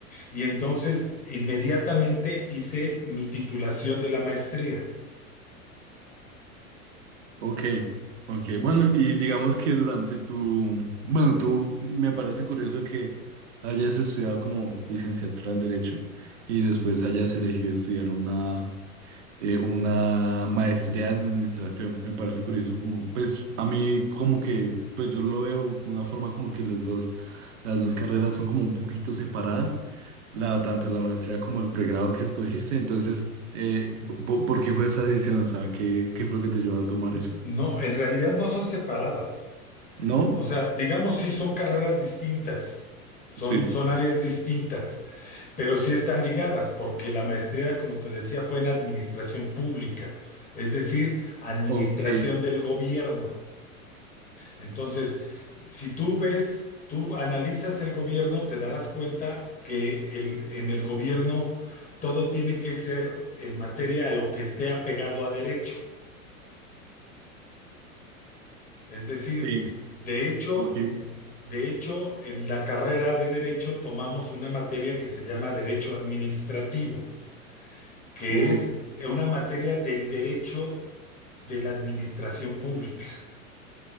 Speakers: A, on the left (about 15°); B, on the right (about 55°).
A: y entonces inmediatamente hice mi titulación de la maestría.
B: ok, ok.
A: Ujú.
B: Bueno, y digamos que durante tu, bueno, tú me parece curioso que hayas estudiado como licenciatura en Derecho y después hayas elegido estudiar una, eh, una maestría en Administración. Me parece curioso como, pues a mí como que, pues yo lo veo como una forma como que los dos, las dos carreras son como un poquito separadas la, tanto la maestría como el pregrado que escogiste. Entonces, eh, po- ¿por qué fue esa decisión? O sea, ¿qué, qué fue lo que te llevó a tomar
A: No,
B: eso?
A: en realidad no son separadas.
B: ¿No?
A: O sea, digamos, sí son carreras distintas, son,
B: Sí.
A: son áreas distintas, pero sí están ligadas, porque la maestría, como te decía, fue en administración pública, es decir, administración
B: Ok,
A: del gobierno. Entonces, si tú ves, tú analizas el gobierno, te darás cuenta que el- en el gobierno todo tiene que ser en materia a lo que esté apegado a derecho. Es decir,
B: sí,
A: de hecho,
B: ok.
A: De hecho, en la carrera de Derecho tomamos una materia que se llama Derecho Administrativo, que
B: Uh,
A: es una materia del derecho de la administración pública.